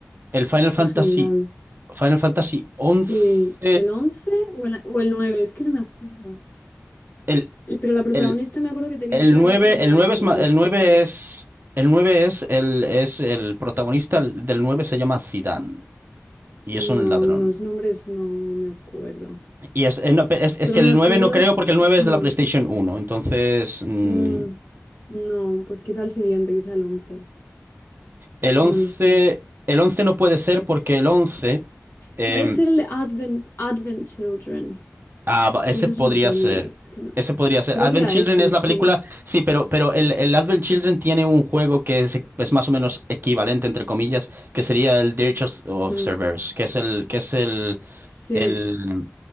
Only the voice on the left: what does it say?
En general.
Sí, el 11 o el, o el 9 es que no me acuerdo.
El- pero la protagonista
me acuerdo que tenía
el pelo
negro largo,
la
chica.
No,
los nombres no me acuerdo.
Solo
me acuerdo...
mm,
mm, no, pues quizá el siguiente, quizá el once
No lo sé.
Puede ser el de Advent, Advent Children.
O esa
es una peli,
es que no.
Creo
que era
ese,
sí.
Mm,
sí.